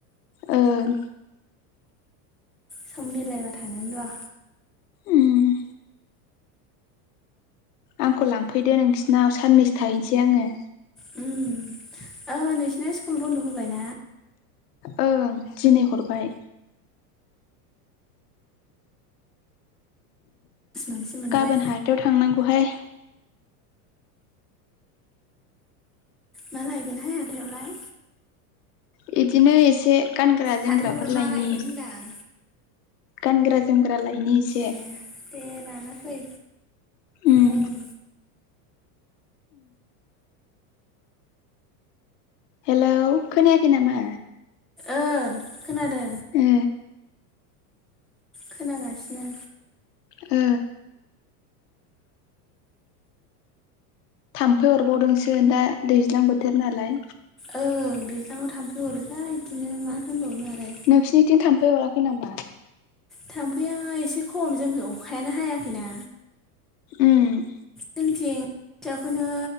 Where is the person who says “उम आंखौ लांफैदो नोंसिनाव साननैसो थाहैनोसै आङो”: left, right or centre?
Left